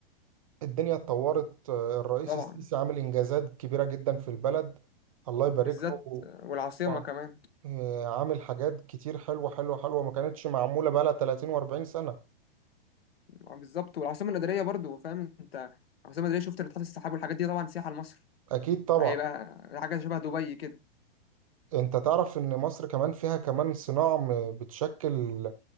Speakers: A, on the right (about 35°); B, on the left (about 75°).
A: الدنيا اتطورت آه، الرئيس
B: طبعا
A: السيسي عامل إنجازات كبيرة جدا في البلد الله
B: بالذات
A: يبارك له
B: والعاصمة
A: طبعا
B: كمان
A: آه، عامل حاجات كتير حلوة حلوة حلوة ما كانتش معمولة بقالها 30 و40 سنة
B: بالظبط والعاصمة الإدارية برضو فاهم انت العاصمة الإدارية شفت ناطحات السحاب والحاجات دي طبعا سياحة لمصر
A: أكيد طبعا
B: هيبقى حاجة شبه دبي كده
A: أنت تعرف إن مصر كمان فيها كمان صناعة م- بتشكل